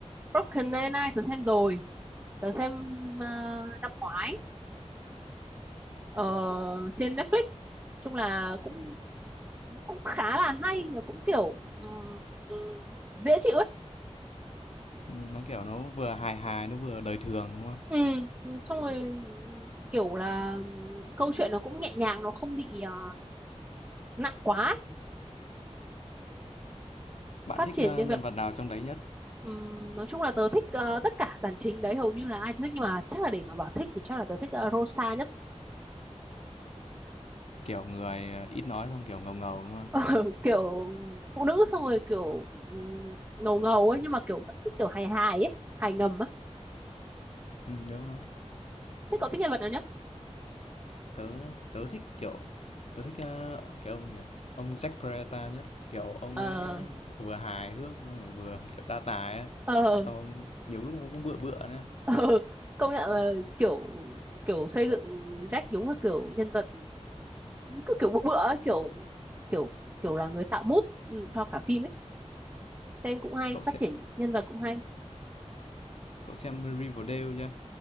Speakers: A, on the right; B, on the left.
A: Brooklyn Nine-Nine tớ xem rồi, tớ xem ờ, năm ngoái ờ, trên Netflix. Chung là cũng cũng khá là hay, và cũng kiểu ừm, ừm, dễ chịu ấy.
B: Ừ, nó kiểu nó vừa hài hài nó vừa đời thường đúng không
A: Ừm, ừm, Xong rồi kiểu là câu chuyện nó cũng nhẹ nhàng, nó không bị ờ, nặng quá, ấy.
B: bạn
A: phát
B: thích
A: triển
B: ờ,
A: nhân
B: nhân
A: vật.
B: vật nào trong đấy nhất
A: ừm, nói chung là tớ thích ờ, tất cả dàn chính đấy hầu như là ai cũng thích nhưng mà chắc là để mà bảo thích thì chắc là tớ thích ờ, Rosa nhất
B: kiểu người ờ, ít nói xong kiểu ngầu ngầu đúng không
A: <laughs> kiểu phụ nữ xong rồi kiểu ừm, ngầu ngầu ấy nhưng mà kiểu vẫn cứ kiểu hài hài ấy hài ngầm á
B: ừ đúng nó
A: thế cậu thích nhân vật nào nhất
B: tớ tớ thích kiểu tớ thích ờ, cái ông gì à? ông Jack Peralta nhất kiểu ông
A: ờ
B: ấy vừa hài hước rồi vừa kiểu đa tài ấy.
A: ờ
B: xong
A: <laughs>
B: nhiều lúc nó cũng bựa bựa nữa
A: ờ công nhận là kiểu kiểu xây dựng Jack đúng là kiểu nhân vật cứ kiểu bựa bựa ấy, kiểu kiểu kiểu là người tạo mood ừ, cho cả phim ấy xem cũng hay
B: cậu sẽ
A: phát triển nhân vật cũng hay
B: Cậu xem Riverdale chưa?